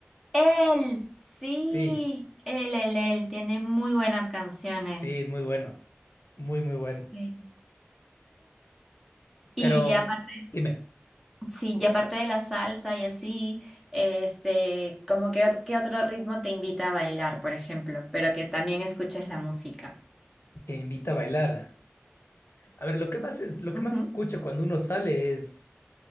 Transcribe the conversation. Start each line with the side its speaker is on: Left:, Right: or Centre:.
Centre: Él, sí,
Left: Sí,
Centre: él, él, él, tiene muy buenas canciones.
Left: sí, muy bueno. Muy, muy bueno.
Centre: Sí. Y
Left: Pero
Centre: aparte,
Left: dime,
Centre: sí, y aparte de la salsa y así, este, como que, ot- qué otro ritmo te invita a bailar, por ejemplo, pero que también escuches la música.
Left: que invita a bailar. A ver, lo que más es, lo que
Centre: Ujú,
Left: más escucho cuando uno sale es.